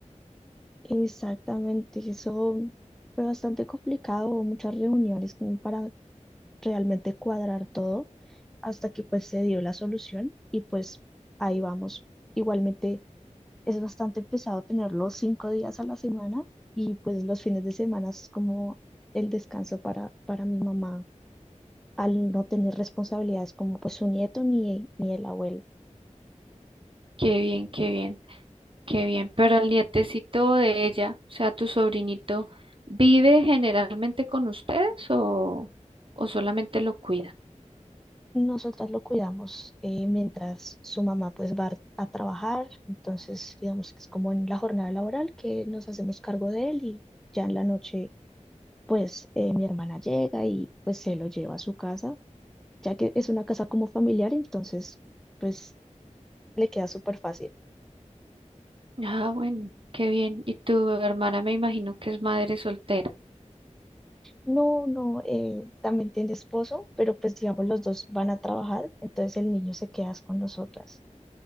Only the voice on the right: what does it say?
Qué bien, qué bien. Qué bien, pero el nietecito de ella, o sea, tu sobrinito, ¿vive generalmente con ustedes o, o solamente lo cuida?
Ah, bueno, qué bien. Y tu hermana me imagino que es madre soltera.